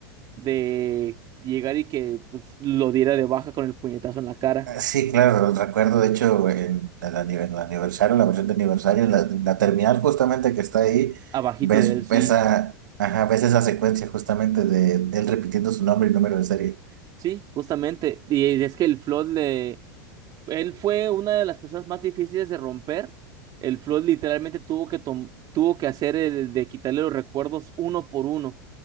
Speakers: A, on the right; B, on the right.
A: de llegar y que pues lo diera de baja con el puñetazo en la cara,
B: Ah, Sí, claro, recuerdo, de hecho, en el, ani- en el aniversario, la versión de aniversario, la, la terminal justamente que está ahí,
A: abajito
B: ves
A: de él, sí.
B: esa, ajá, ves esa secuencia justamente de, de él repitiendo su nombre y número de serie.
A: Sí, justamente. Y es que el Flood le... Él fue una de las personas más difíciles de romper. El Flood literalmente tuvo que, tom- tuvo que hacer el de quitarle los recuerdos uno por uno,